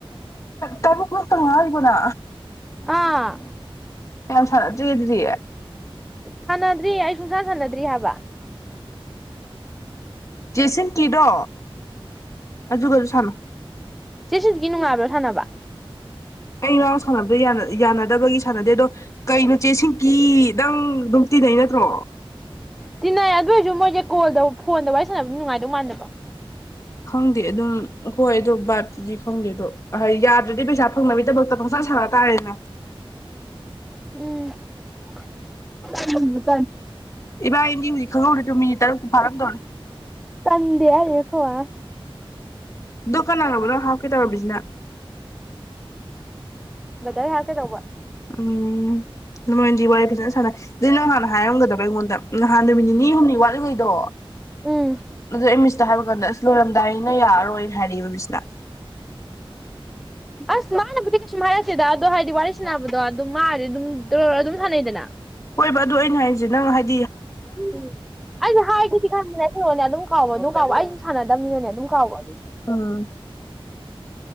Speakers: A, on the left (about 35°); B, in the centre.
A: ꯇꯕꯨ ꯀꯁ ꯅꯉꯕꯨꯅ
B: ꯑꯥ
A: ꯌꯥꯝ ꯁꯗꯤꯗꯌꯦꯦ
B: ꯁꯥꯟꯅꯗ꯭ꯔꯤ ꯑꯩ ꯁꯨꯡꯁꯥ ꯁꯥꯟꯅꯗ꯭ꯔꯤ ꯍꯥꯏꯕ
A: ꯦꯁꯟ ꯀꯗꯣ ꯑꯗꯨ ꯑꯗꯨ ꯁꯥꯟꯅꯨ
B: ꯁꯤꯁꯤꯒꯤ ꯅꯨꯡꯉꯥꯏꯕ꯭ꯔꯣ ꯊꯥꯅꯕ
A: ꯑꯩ ꯏ ꯉꯎ ꯁꯥꯟꯅꯕꯗꯣ ꯌꯥꯅꯗꯕꯒꯤ ꯁꯥꯟꯅꯗꯦ ꯑꯗꯣ ꯀꯩ ꯅꯨꯣꯆꯦꯁꯤꯡ ꯀꯗꯪ ꯑꯗꯨꯝ ꯇꯤꯟꯅꯩ ꯅꯠꯇ꯭ꯔꯣ
B: ꯇꯤꯟꯅꯏ ꯑꯗꯨ ꯑꯣꯏꯔꯁꯨ ꯃꯣꯏꯁꯦ ꯀꯣꯜꯗ ꯐꯣꯟꯗ ꯋꯥꯔꯤ ꯁꯥꯟꯅꯕꯗꯤ ꯅꯨꯡꯉꯥꯏꯗꯧ ꯃꯥꯟꯅꯕ
A: ꯈꯪꯗꯦ ꯑꯗꯨꯝ ꯍꯣꯏ ꯑꯗꯨꯣ ꯕꯥꯠ ꯗꯤ ꯈꯪꯗꯦꯗꯣ ꯌꯥ ꯑꯗꯨꯗꯤ ꯄꯩꯁꯥ ꯐꯪꯅꯕꯒꯤꯗꯃꯛꯇ ꯄꯪꯁꯥꯟ ꯁꯥꯟꯅ ꯇꯥꯔꯦꯅ
B: ꯎꯝ <unintelligible>
A: ꯏꯕꯥꯏꯅꯤꯗꯤ ꯍꯧꯖꯤꯛ ꯈꯪꯍꯧꯗ꯭ꯔꯦ ꯃꯤꯅꯤꯠ ꯇꯔꯨꯛꯇꯨ ꯐꯥꯔꯝꯗꯧꯔꯦ
B: ꯇꯟꯗꯦ ꯍꯥꯏꯔꯤꯅꯤ ꯑꯩꯈꯣꯢ ꯃꯥꯅ
A: ꯗꯨ ꯀꯥꯅꯅꯣꯕ ꯅꯪ ꯍꯥꯞꯀꯦ ꯇꯧꯔꯝꯃꯤꯁꯤꯅ
B: ꯕꯥꯗꯔ ꯍꯥꯥꯞꯀꯦ ꯇꯧꯕ
A: ꯎꯝ ꯑꯗꯨꯃꯣꯏꯅꯗꯤ ꯋꯥꯔꯤ ꯐꯖꯅ ꯁꯥꯟꯅ ꯑꯗꯨꯗꯤ ꯅꯪ ꯍꯥꯟꯅ ꯍꯥꯏꯔꯝꯒꯗꯕ ꯑꯩꯉꯣꯟꯗ ꯅꯍꯥꯟ ꯅꯨꯃꯤꯠ ꯅꯤꯅꯤ ꯍꯨꯝꯅꯤ ꯋꯥꯠꯂꯤ ꯂꯤ ꯉꯩꯗꯣ
B: ꯎꯝ
A: ꯑꯗ ꯑꯩ ꯃꯦꯁꯦꯖ ꯇ ꯍꯥꯏꯕ ꯀꯥꯟꯗ ꯑꯁ ꯂꯣꯏꯔꯝꯗꯥꯏꯅꯤꯅ ꯌꯥꯔꯔꯣꯏꯅ ꯍꯥꯏꯔꯛꯑꯦꯕ ꯃꯤꯁꯅ
B: ꯑꯁ ꯃꯥꯅꯕꯨꯗꯤ ꯀꯩꯁꯨꯝ ꯍꯥꯏꯔꯛꯇꯦꯗ ꯑꯗꯣ ꯍꯥꯏꯗꯤ ꯋꯥꯔꯤ ꯁꯥꯟꯅꯕꯗꯣ ꯑꯗꯨꯝ ꯃꯥꯗꯤ ꯑꯗꯨꯝ ꯑꯗꯨꯝ ꯁꯥꯟꯅꯩꯗꯅ
A: ꯍꯣꯢꯕ ꯑꯩꯅ ꯍꯥꯢꯁꯦ ꯅꯪꯅ ꯍꯥꯢꯗꯤ
B: ꯎꯝ ꯑꯩꯗꯤ ꯍꯥꯏꯒꯦꯗꯤ ꯈꯟꯕꯅꯦ ꯀꯣꯟꯅ ꯑꯗꯨꯝ ꯀꯥꯎꯕ ꯑꯗꯨꯝ ꯀꯥꯎꯕ ꯑꯩ ꯁꯥꯟꯅꯗꯕꯅꯤꯅꯅꯦ ꯑꯗꯨꯝ ꯀꯥꯎꯕ
A: ꯑꯥ